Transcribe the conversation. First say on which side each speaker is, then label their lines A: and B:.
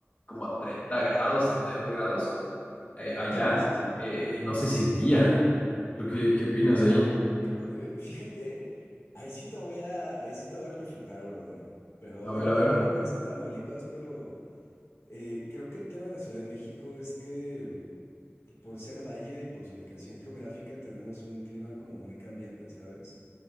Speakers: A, on the left (about 35°); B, on the left (about 80°).
A: como a 30 grados, 32 grados, eh, allá
B: Sí, sí. sí.
A: eh, no se sentía. ¿Tú qué, qué opinas ahí?
B: Híjole, fíjate, ahí sí te voy a, ahí sí te voy a refutar, brother. Pero
A: A
B: digo,
A: ver, a
B: la
A: ver.
B: neta no conozco Tamaulipas, pero eh, creo que el tema de la Ciudad de México es que por ser valle y por su ubicación geográfica tenemos un clima como muy cambiante, ¿sabes?